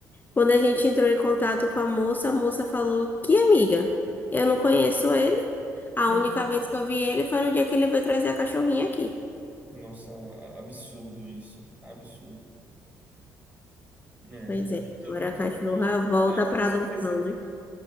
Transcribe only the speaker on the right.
<laughs>
Hum. Nossa, absurdo isso. Absurdo. né?
Então,
É. Tô
muito
triste,
mas
eu tenho
certeza que